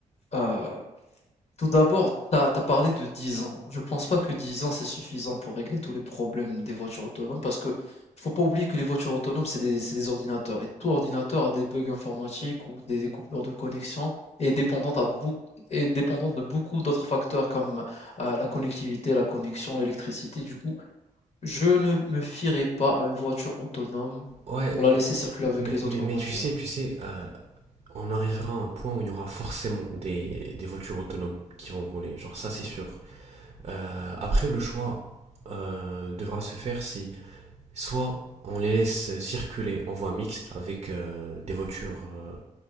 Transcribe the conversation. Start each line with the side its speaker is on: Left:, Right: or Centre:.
Left: euh, tout d'abord, t'as, t'as parlé de 10 ans. Je pense pas que 10 ans c'est suffisant pour régler tous les problèmes des voitures autonomes parce que faut pas oublier que les voitures autonomes, c'est des, c'est des ordinateurs et tout ordinateur a des bugs informatiques ou des, des coupures de connexion et dépendant à beaucoup, et dépendant de beaucoup d'autres facteurs comme, euh, la connectivité, la connexion, l'électricité. Du coup, Je ne me fierai pas à une voiture autonome
Right: Ouais,
Left: pour la laisser circuler avec
Right: mais,
Left: les
Right: mais,
Left: autres
Right: mais
Left: voitures.
Right: tu sais, tu sais, euh, on arrivera à un point où il y aura forcément des, des voitures autonomes qui vont rouler, genre ça c'est sûr. Euh, après, le choix euh, devra se faire si Soit on les laisse circuler en voie mixte avec euh, des voitures euh,